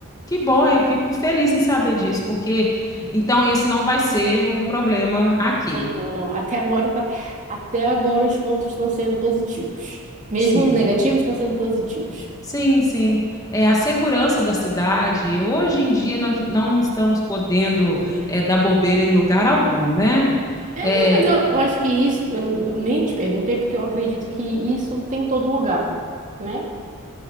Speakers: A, on the left (about 15°); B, on the right (about 35°).
A: que bom. Eu fico feliz em saber disso, porque então esse não vai ser um problema aqui.
B: Não, não. Até agora tá, até agora os pontos estão sendo positivos. Mesmo
A: Sim,
B: negativos estão sendo positivos.
A: sim, sim. É a segurança da cidade. Hoje em dia nós não estamos podendo é, dar bobeira em lugar algum, né?
B: É,
A: É,
B: não, mas eu, eu acho que isso, eu, não- eu nem te perguntei, porque eu acredito que isso tem em todo lugar, né?